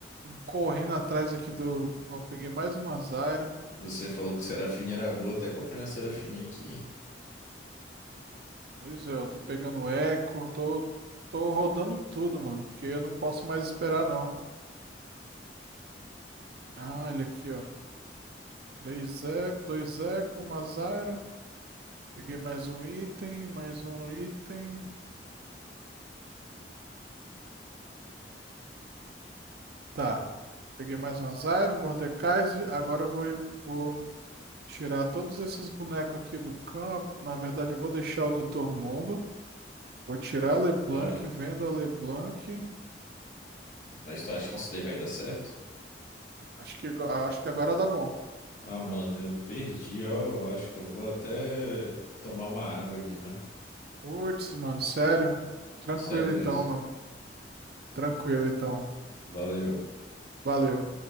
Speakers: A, on the right (about 60°); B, on the left (about 45°).
A: correndo atrás aqui do. Ó, peguei mais uma Zyra.
B: Você falou que Serafinha era boa, até comprei uma Serafinha aqui.
A: Pois é, eu tô pegando eco, tô, tô rodando tudo, mano, porque eu não posso mais esperar, não. Ah, olha aqui, ó. Três eco, dois eco, uma Zyra. Peguei mais um item, mais um item. Tá. Peguei mais uma Zyra, um Mordekaiser. Agora eu vou, vou Tirar todos esses bonecos aqui do campo. Na verdade, eu vou deixar o Doutor Mundo. Vou tirar a LeBlanc,
B: Ah,
A: vendo a LeBlanc.
B: mas tu acha
A: Ó,
B: que isso daí vai dar certo?
A: acho que, ago- acho que agora dá bom.
B: Ah, mano, eu perdi, ó. Eu acho que eu vou até tomar uma água ali, ó.
A: Putz, mano, sério? Tranquilo
B: Sério mesmo.
A: então, mano. Tranquilo então.
B: Valeu.
A: Valeu.